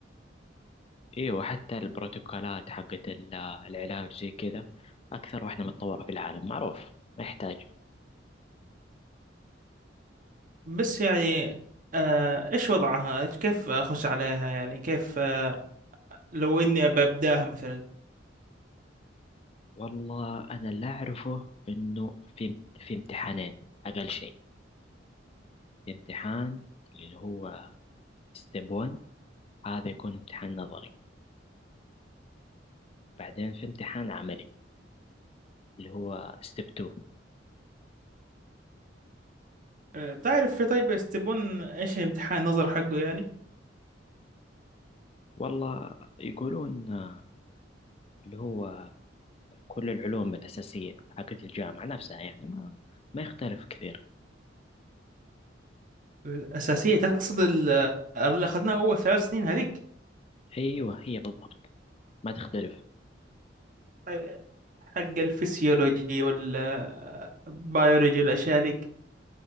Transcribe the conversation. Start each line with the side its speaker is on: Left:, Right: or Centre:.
Left: ايوه وحتى البروتوكولات حقت ال- العلاج زي كذا اكثر واحدة متطورة في العالم معروف ما يحتاج
Right: بس يعني آه، إيش وضعها كيف أخش عليها يعني كيف آه، لو إني ببداها مثلا
Left: والله انا اللي اعرفه انه في في امتحانين اقل شيء في امتحان اللي هو ستيب 1 هذا يكون امتحان نظري بعدين في امتحان عملي اللي هو ستيب 2
Right: آه، تعرف في طيب يستبون إيش الامتحان نظر حقه يعني
Left: والله يقولون آه، اللي هو كل العلوم الأساسية حقت الجامعة نفسها يعني ما ما يختلف كثير
Right: الأساسية تقصد ال- اللي أخذناه أول ثلاث سنين هذيك
Left: ايوه هي بالضبط ما تختلف
Right: آه، حق الفسيولوجي والبيولوجي والأشياء هذيك